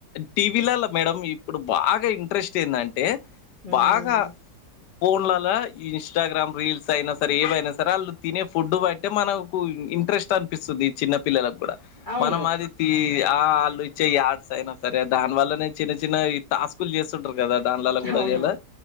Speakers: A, on the left; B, on the left.
A: టీవీలలో మేడం ఇప్పుడు బాగా ఇంట్రెస్ట్ ఏంద తే
B: హ్మ్
A: బాగా ఫోన్లలలా ఇన్స్టాగ్రామ్ రీల్స్ అయినా సరే ఏమైనా సరే రాలు తినే ఫుడ్ బట్టి మనకు ఇంట్రెస్ట్ అనిపిస్తుంది చిన్న పిల్లలకు కూడా
B: అవును.
A: మనం అది తి ఆ వాళ్ళు ఇచ్చే యార్డ్స్ అయినా సరే దాని వల్ల నేను చిన్న చిన్న ఇ టాస్క్ లు చేస్తుంటారు కదా దాన్లలో కూడా
B: అవును.
A: ఇయాలా